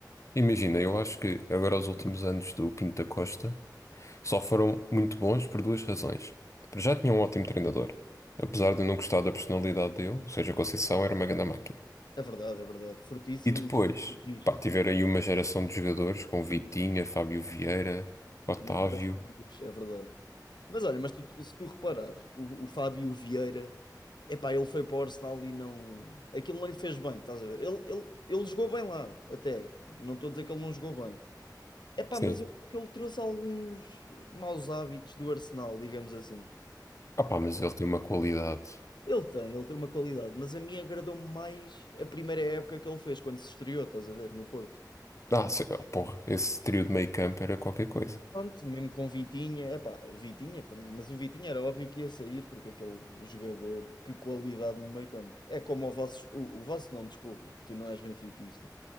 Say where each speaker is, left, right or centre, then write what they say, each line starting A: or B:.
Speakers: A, on the left (about 45°); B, on the left (about 80°).
A: Imagina, eu acho que agora os últimos anos do Pinto da Costa só foram muito bons por duas razões. Para já tinha um ótimo treinador, apesar de eu não gostar da personalidade dele, ou seja, Conceição era uma grande máquina.
B: É verdade, é verdade, fortíssimo
A: E depois,
B: e sempre rígido,
A: pá, tiveram aí uma geração de jogadores com Vitinha, Fábio Vieira, Otávio.
B: mas era simples, é verdade. Mas olha, mas tu- tu- se tu reparares, o, o Fábio Vieira, epá, ele foi para o Arsenal e não, aquilo não lhe fez bem, estás a ver? Ele, ele, ele jogou bem lá, até, não estou a dizer que ele não jogou bem. Epá,
A: Sim.
B: mas eu acho que ele trouxe alguns maus hábitos do Arsenal, digamos assim.
A: Ah pá, mas ele tem uma qualidade.
B: Ele tem, ele tem uma qualidade, mas a mim agradou-me mais a primeira época que ele fez, quando se estreou, estás a ver, no Porto.
A: Ah, se- ah, porra, esse trio de meio campo era qualquer coisa.
B: Pronto, mesmo com Vitinha, epá, Vitinha, pronto, mas o Vitinha era óbvio que ia sair, porque aquele jogador, que qualidade no meio-campo. É como o vosso, o, o vosso não, desculpa, que tu não és benfiquista,